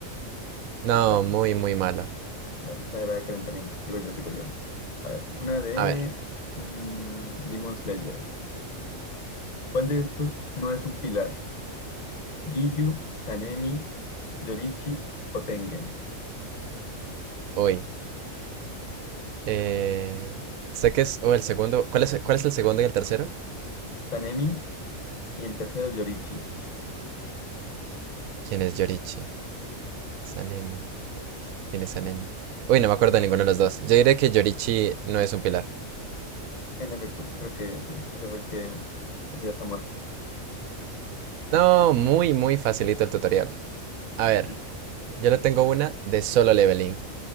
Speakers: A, on the right; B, on the left.
A: No,
B: bueno,
A: muy, muy malo.
B: bueno, esa era de calentamiento. Sigo yo, sigo yo. A ver, una de
A: A ver,
B: mm, Demon Slayer. ¿Cuál de estos no es un pilar? Giyu, Sanemi, Yorichi o Tengen.
A: uy. eh, sé que es. O el segundo. ¿Cuál es, cuál es el segundo y el tercero?
B: Sanemi y el tercero Yorichi.
A: ¿Quién es Yorichi? Sanemi. ¿Quién es Sanemi? Uy, no me acuerdo de ninguno de los dos. Yo diré que Yorichi no es un pilar.
B: En efecto, creo que sí, ese fue el que, ese ya está muerto.
A: No, muy, muy facilito el tutorial. A ver,
B: Y sí,
A: yo le tengo una de solo leveling.